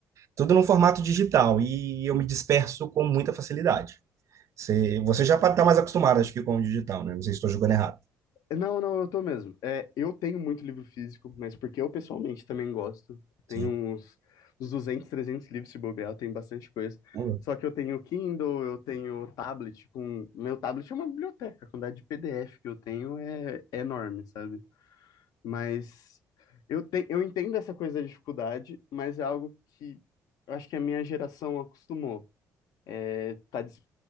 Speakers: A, on the right; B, on the left.
A: tudo no formato digital, e eu me disperso com muita facilidade. Você, você já está mais acostumado, acho que, com o digital, né? Não sei se estou julgando errado.
B: Não, não, eu tô mesmo. É, eu tenho muito livro físico, mas porque eu pessoalmente também gosto. Tenho
A: Sim.
B: uns, uns 200, 300 livros se bobear, eu tenho bastante coisa.
A: Hum.
B: Só que eu tenho Kindle, eu tenho tablet com... Meu tablet é uma biblioteca, a quantidade de PDF que eu tenho é, é enorme, sabe? Mas eu, te, eu entendo essa coisa da dificuldade, mas é algo que eu acho que a minha geração acostumou. É, tá des-